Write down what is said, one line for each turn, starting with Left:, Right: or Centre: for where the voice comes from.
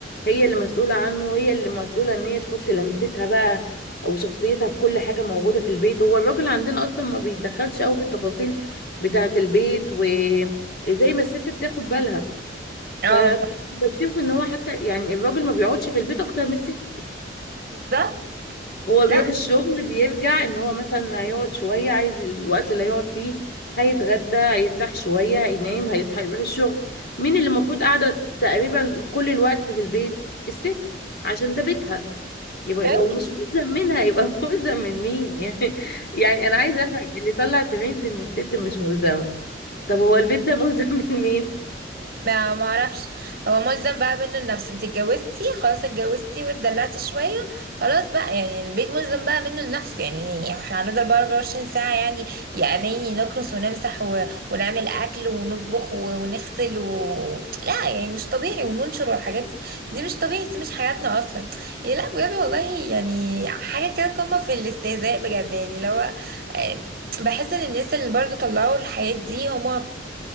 Left: هي اللي مسؤولة عنه وهي اللي مسؤولة إن هي تحط لمستها بقى أو شخصيتها في كل حاجة موجودة في البيت هو الراجل عندنا أصلا ما بيتدخلش أوي في التفاصيل بتاعة البيت وزي ما الست بتاخد بالها
Right: اه
Left: فبشوف
Right: ف-
Left: ان هو حتى يعني الراجل ما بيقعدش في البيت اكتر من الست
Right: بالظبط
Left: هو بيروح
Right: لا
Left: الشغل بيرجع ان هو مثلا هيقعد شويه عايز الوقت اللي هيقعد فيه هيتغدى هيرتاح شويه هينام هيصحى يروح الشغل مين اللي المفروض قاعده تقريبا كل الوقت في البيت الست عشان ده بيتها يبقى
Right: ايوه
Left: لو مش ملزم منها يبقى <laughs> ملزم من مين يعني يعني انا عايزه افهم اللي طلع ترند ان الست مش ملزمه طب هو البيت ده ملزم <laughs> من مين
Right: ما ما اعرفش هو ملزم بقى منه لنفسه انت اتجوزتي خلاص اتجوزتي واتدلعتي شويه خلاص بقى يعني البيت ملزم بقى منه لنفسه يعني احنا هنفضل بقى 24 ساعه يعني يا اماني نكنس ونمسح و... ونعمل اكل ونطبخ و... ونغسل و... لا يعني مش طبيعي وننشر والحاجات دي دي مش طبيعي دي مش حياتنا اصلا يعني لا بجد والله يعني حاجه كده قمه في الاستهزاء بجد يعني اللي هو آه، بحس ان الناس اللي برضو طلعوا الحياة دي هما